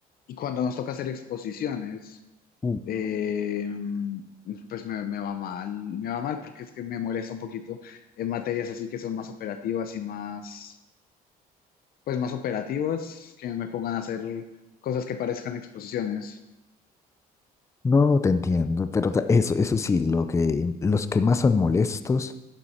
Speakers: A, on the left; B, on the left.
A: y cuando nos toca hacer exposiciones,
B: Mm.
A: eh, pues me, me va mal, me va mal porque es que me molesta un poquito en materias así que son más operativas y más, pues más operativas, que me pongan a hacer cosas que parezcan exposiciones.
B: No te entiendo, pero ta- eso, eso sí, lo que, los que más son molestos